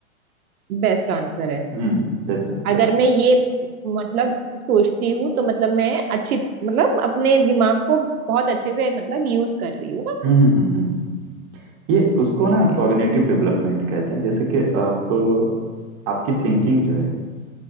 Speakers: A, on the right (about 80°); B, on the right (about 30°).
A: बेस्ट आंसर है
B: हम्म बेस्ट आंसर
A: अगर
B: है
A: मैं ये मतलब सोचती हूँ तो मतलब मैं अच्छी मतलब अपने दिमाग को बहुत अच्छे से मतलब यूज कर रही हूँ ना
B: हम्म हम्म हम्म हम्म, हम्म। ये उसको
A: ठीक
B: ना
A: है
B: कॉग्निटिव डेवलपमेंट कहते हैं जैसे कि आप आपकी थिंकिंग जो है